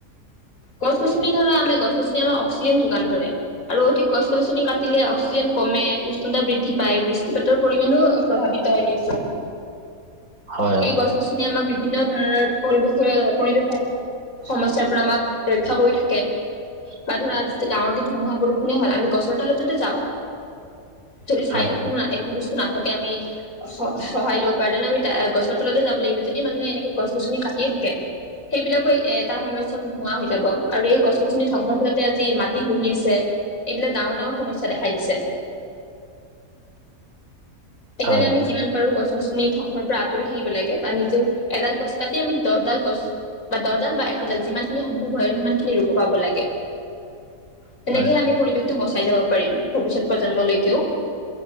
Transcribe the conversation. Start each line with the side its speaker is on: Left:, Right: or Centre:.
Left: গছ গছনি ধৰা, আমি গছ গছনি আমাক অক্সিজেন যোগান ধৰে। আৰু অধিক গছ গছনি কাটিলে অক্সিজেন কমে উষ্ণতা বৃদ্ধি পায়। বৃষ্টি পাতৰ পৰিমাণো- প্ৰভাৱিত হৈ দিয়াচোন।
Right: হয়
Left: এই গছ- গছনিয়ে আমাক বিভিন্ন ধৰণৰ পৰিৱেশ পৰিৱেশৰ সমস্যাৰ পৰা আমাক- ৰক্ষা কৰি থাকে। বা ধৰা আজি ডাঙৰকে ধুমুহা বৰষুণে হল আমি গছৰ তলতেটো যাওঁ। যদি চাইডত
Right: হয়
Left: কোনো একো বস্তু নাথাকে আমি- সহায় ল'ব পাৰো তেনে আমি গছৰ তলতে যাব লাগিব, যদি মানুহে এনেকে গছ গছনি কাটিয়ে থাকে। সেইবিলাকো এট- এটা সময় চব নোহোৱা হৈ যাব। আৰু এই গছ-গছিনি ধ্বংসৰ ফলতে আজি মাটি শুহি আছে। এইবিলাক ডাঙৰ ডাঙৰ সমস্যা দেখাই দিছে। সেইকাৰণে
Right: হয়
Left: যিমান পাৰোঁ গছ-গছনি ধ্বংসৰ পৰা আঁতৰি থাকিব লাগে, বা নিজে এডাল গছ কাটি আমি দহডাল গছ বা দহডাল বা এশডাল যিমানখিনি সম্ভৱ ভয় সিমান খিনি ৰুব পাব লাগে, তেনেকে
Right: হয়
Left: আমি পৰিৱেশটো বচাই যাব পাৰিম। ভৱিষ্যত প্ৰজন্মলৈকেওঁ।